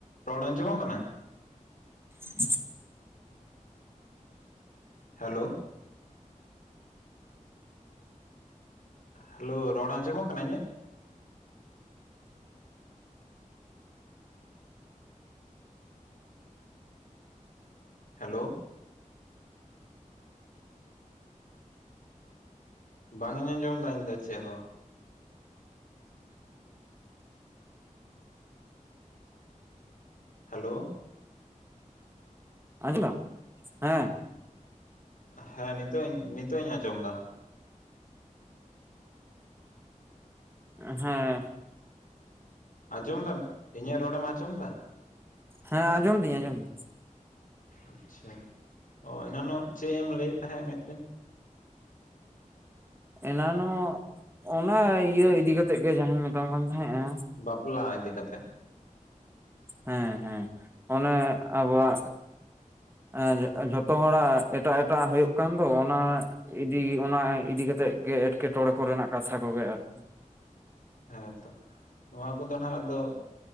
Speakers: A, on the left; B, on the right.
A: ᱨᱚᱲ ᱟᱸᱡᱚᱢᱚᱜ ᱠᱟᱱᱟ?
B: <inaudible>
A: ᱦᱮᱞᱳ ᱦᱮᱞᱳ ᱨᱚᱲ ᱟᱸᱡᱚᱢᱚᱜ ᱠᱟᱱᱟ ᱤᱧᱟᱹᱜ? ᱦᱮᱞᱳ ᱵᱟᱝ ᱤᱧ ᱟᱸᱡᱚᱢ ᱫᱟ ᱤᱧ ᱫᱚ ᱪᱮᱜ ᱦᱚᱸ᱾ ᱦᱮᱞᱳ
B: ᱟᱸᱡᱚᱢ ᱫᱟᱢ ᱦᱮᱸ
A: ᱦᱮᱸ ᱱᱤᱛᱚᱜ ᱤᱧ ᱱᱤᱛᱚᱜ ᱤᱧ ᱟᱸᱡᱚᱢ ᱮᱫᱟ᱾
B: ᱦᱮᱸ
A: ᱟᱸᱡᱚᱢ ᱮᱫᱟᱢ ᱤᱧᱟᱜ ᱨᱚᱲᱮᱢ ᱟᱸᱡᱚᱢ ᱮᱫᱟᱢ᱾
B: ᱦᱮᱸ ᱟᱸᱡᱚᱢ ᱫᱤᱧ ᱟᱸᱡᱚᱢ ᱫᱤᱧ᱾
A: ᱟᱪᱪᱷᱟ ᱚ ᱮᱱᱟᱱᱚᱜ ᱪᱮᱜ ᱮᱢ ᱞᱟᱹᱭᱮᱜ ᱛᱟᱦᱮᱸᱜ ᱢᱤᱫᱴᱮᱱ᱾
B: ᱮᱱᱟ ᱱᱚᱜ ᱚᱱᱟ ᱤᱭᱟᱹ ᱤᱫᱤ ᱠᱟᱛᱮᱜ ᱜᱮ ᱡᱟᱸᱦᱟᱸᱧ ᱢᱮᱛᱟᱢ ᱠᱟᱱ ᱛᱟᱦᱮᱸᱜᱼᱟ᱾
A: ᱵᱟᱯᱞᱟ ᱤᱫᱤ ᱠᱟᱛᱮᱜ᱾
B: ᱦᱮᱸ ᱦᱮᱸ ᱚᱱᱮ ᱟᱵᱚᱣᱟᱜ ᱮ ᱡᱷᱚᱛᱚ ᱦᱚᱲᱟᱜ ᱮᱴᱟᱜ ᱮᱴᱟᱜ ᱦᱩᱭᱩᱜ ᱠᱟᱱ ᱫᱚ ᱚᱱᱟ ᱤᱫᱤ ᱚᱱᱟ ᱤᱫᱤ ᱠᱟᱛᱮᱜ ᱜᱮ ᱮᱴᱠᱮᱴᱚᱬᱮ ᱠᱚᱨᱮᱱᱟᱜ ᱠᱟᱛᱷᱟ ᱠᱚᱜᱮ ᱟᱨᱠᱤ᱾
A: ᱦᱮᱸᱛᱚ ᱱᱚᱣᱟ ᱠᱚᱫᱚ ᱱᱟᱜ ᱟᱫᱚ᱾